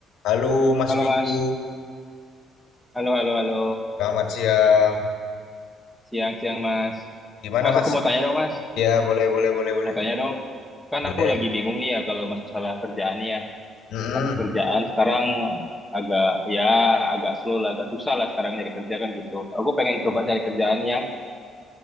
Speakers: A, on the left; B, in the centre.
A: Halo Mas
B: Halo
A: Wiku,
B: Mas, halo halo halo,
A: selamat siang.
B: siang siang Mas.
A: Gimana
B: Mas
A: Mas?
B: aku mau tanya dong Mas,
A: Ya boleh boleh boleh boleh
B: mau tanya dong. Kan
A: boleh.
B: aku lagi bingung nih ya kalau masalah kerjaan nih ya.
A: Mm-mm.
B: Kan kerjaan sekarang agak ya agak slow lah, agak susah lah sekarang nyari kerja kan gitu. Aku pengen coba cari kerjaan yang